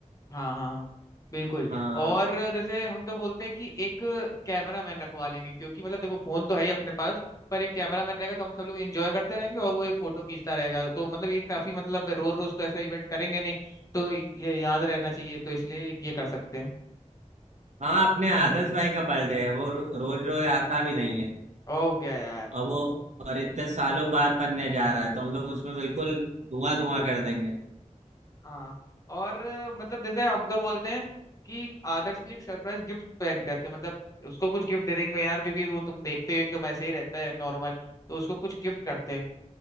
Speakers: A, on the left; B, on the right.
A: हाँ हाँ बिल्कुल
B: हाँ
A: और जैसे हम तो बोलते हैं कि एक कैमरा मैन रखवा लेंगे क्योंकि मतलब देखो फोन तो है ही अपने पास पर एक कैमरा मैन रहेगा तो हम सब लोग एंजॉय करते रहेंगे और वो ये फोटो खींचता रहेगा तो मतलब ये काफी मतलब रोज रोज तो ऐसा इवेंट करेंगे नहीं तो ये याद रहना चाहिए तो इसलिए ये कर सकते हैं
B: हाँ अपने आदर्श भाई का बर्थडे है वो रो- रोज रोज आता भी नहीं है
A: ओके यार
B: और वो और इतने सालों बाद बनने जा रहा है तो हम लोग उसमें बिल्कुल धुआं धुआं कर देंगे
A: हाँ और अ, मतलब जैसे हम तो बोलते हैं कि आदर्श के लिए एक सरप्राइज गिफ्ट प्लान करते हैं मतलब उसको कुछ गिफ्ट दे देंगे यार क्योंकि वो तुम देखते हो एकदम ऐसे ही रहता है नॉर्मल तो उसको कुछ गिफ्ट करते हैं